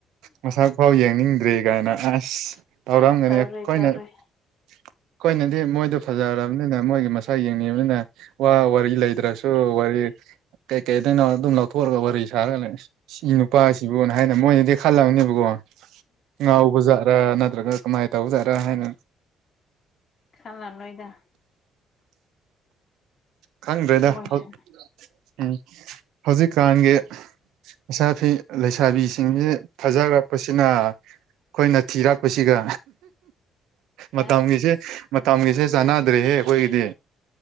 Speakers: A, on the right; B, on the left.
A: ꯃꯁꯛ ꯐꯥꯎ ꯌꯦꯡꯅꯤꯡꯗ꯭ꯔꯦ ꯀꯥꯏꯅ ꯑꯁ ꯇꯧꯔꯝꯒꯅꯤ
B: ꯇꯧꯔꯣꯏ
A: ꯑꯩꯈꯣꯏꯅ
B: ꯇꯧꯔꯣꯏ
A: ꯑꯩꯈꯣꯏꯅꯗꯤ ꯃꯣꯏꯗꯣ ꯐꯖꯔꯕꯅꯤꯅ ꯃꯣꯏꯒꯤ ꯃꯁꯛ ꯌꯦꯡꯅꯤꯡꯕꯅꯤꯅ ꯋꯥ ꯋꯥꯔꯤ ꯂꯩꯇ꯭ꯔꯥꯁꯨ ꯋꯥꯔꯤ ꯀꯩꯀꯩꯗꯩꯅꯣ ꯑꯗꯨꯝ ꯂꯧꯊꯣꯛꯑꯒ ꯋꯥꯔꯤ ꯁꯥꯔ ꯂꯩꯁꯤ ꯁꯤ ꯅꯨꯄꯥꯁꯤꯕꯨꯅ ꯍꯥꯏꯅ ꯃꯣꯏꯅꯗꯤ ꯈꯜꯂꯕꯅꯦꯕꯀꯣ ꯉꯥꯎꯕꯖꯥꯠ ꯅꯠꯇ꯭ꯔꯒ ꯀꯃꯥꯏꯅ ꯇꯧꯖꯥꯔꯥ ꯍꯥꯏꯅ
B: ꯈꯥꯟꯂꯝꯂꯣꯏꯗ
A: ꯈꯪꯗ꯭ꯔꯦꯗ
B: ꯃꯣꯏꯁꯨ
A: ꯍꯧ ꯎꯝ ꯍꯧꯖꯤꯛꯀꯥꯟꯒꯤ ꯁ <unintelligible> ꯂꯩꯁ ꯁꯥꯕꯤꯁꯤꯡꯁꯤꯦ ꯐꯖꯈꯔꯛꯄꯁꯤꯅ ꯑꯩꯈꯣꯏꯅ ꯊꯤꯔꯛꯄꯁꯤꯒ ꯃꯇꯝꯒꯤꯁꯦ
B: ꯑꯁ
A: ꯃꯇꯝꯒꯤꯁꯦ ꯆꯥꯟꯅꯗ꯭ꯔꯦꯍꯦ ꯑꯩꯈꯣꯏꯒꯤꯗꯤ